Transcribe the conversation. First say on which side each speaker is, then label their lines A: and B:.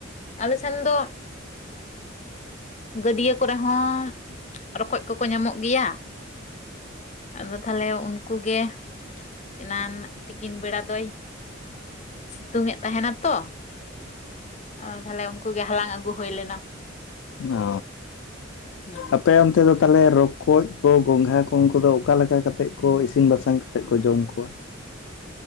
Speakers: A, on the left; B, on the left.
A: ᱟᱞᱮ ᱥᱮᱱ ᱫᱚ ᱜᱟᱹᱰᱭᱟᱹ ᱠᱚᱨᱮ ᱦᱚᱸ ᱨᱚᱠᱚᱡ ᱠᱚᱠᱚ ᱧᱟᱢᱚᱜ ᱜᱮᱭᱟ᱾ ᱟᱫᱚ ᱛᱟᱦᱚᱞᱮ ᱩᱱᱠᱩ ᱜᱮ, ᱮᱱᱟᱱ ᱛᱤᱠᱤᱱ ᱵᱮᱲᱟ ᱫᱚᱭ ᱥᱤᱛᱩᱝ ᱮᱫ ᱛᱟᱦᱮᱱᱟ ᱛᱚ, ᱟᱫᱚ ᱛᱟᱦᱞᱮ ᱩᱱᱠᱩ ᱜᱮ ᱦᱟᱞᱟᱝ ᱟᱹᱜᱩ ᱦᱩᱭ ᱞᱮᱱᱟ᱾
B: ᱚ
A: ᱦᱩᱸ,
B: ᱟᱯᱮ ᱚᱱᱛᱮ ᱫᱚ ᱛᱟᱦᱚᱞᱮ ᱨᱚᱠᱚᱡ ᱠᱚ ᱜᱚᱝᱜᱷᱟ ᱠᱚ ᱩᱝᱠᱩ ᱫᱚ ᱚᱠᱟ ᱞᱮᱠᱟ ᱠᱟᱛᱮᱜ ᱠᱩ ᱤᱥᱤᱱ ᱵᱟᱥᱟᱝ ᱠᱟᱛᱮᱜ ᱠᱚ ᱡᱚᱢ ᱠᱚᱣᱟ᱾